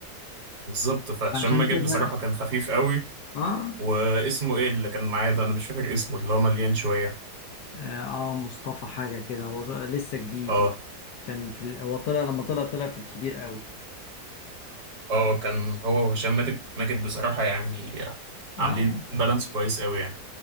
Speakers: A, on the right (about 85°); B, on the left (about 80°).
A: بالظبط فهشام
B: عشان
A: ماجد
B: كده
A: بصراحة كان خفيف قوي
B: آه
A: واسمه ايه اللي كان معايا ده انا مش فاكر اسمه اللي هو مليان شوية
B: آه آه، مصطفى حاجة كده هو لسه جديد
A: اه
B: يعني. كان في ال- هو طلع لما طلع طلع في الكبير قوي
A: اه كان هو وهشام ماجد ماجد بصراحة يعني عاملين
B: آه
A: بالانس كويس قوي يعني